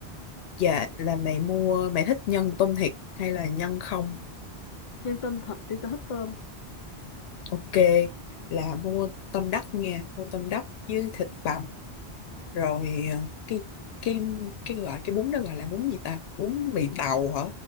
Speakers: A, on the left; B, on the left.
A: dạ là mày mua mày thích nhân tôm thịt hay là nhân không
B: nhân tôm thịt đi tao thích tôm
A: Ok, là mua tôm đất nha, mua tôm đất với thịt bằm rồi ờ, cái cái cái gọi cái bún đó gọi là bún gì ta? Bún mì tàu hả?